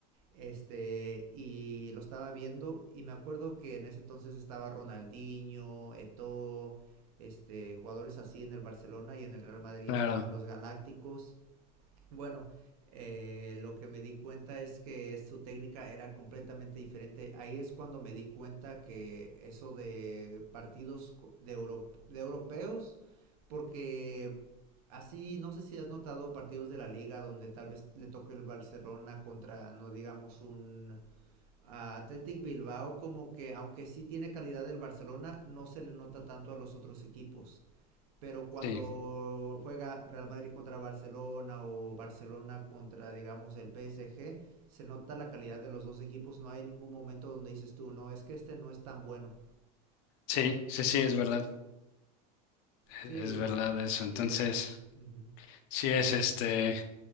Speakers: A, on the right; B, on the left.
A: Este, y lo estaba viendo y me acuerdo que en ese entonces estaba Ronaldinho, Eto'o, este, jugadores así en el Barcelona y en el Real Madrid
B: Claro,
A: estaban los Galácticos bueno, eh, lo que me di cuenta es que su técnica era completamente diferente. Ahí es cuando me di cuenta que eso de partidos co- de, euro- de europeos, porque así no sé si has notado partidos de la liga donde tal vez le toque el Barcelona contra, no digamos, un ah, Athletic Bilbao, como que aunque sí tiene calidad el Barcelona, no se le nota tanto a los otros equipos pero cuando
B: sí,
A: juega Real Madrid contra Barcelona o Barcelona contra, digamos, el PSG, se nota la calidad de los dos equipos, no hay ningún momento donde dices tú, no, es que este no es tan bueno.
B: sí, sí, sí, es verdad, e,
A: Sí,
B: es verdad eso. Entonces,
A: y pues, ujú.
B: sí es este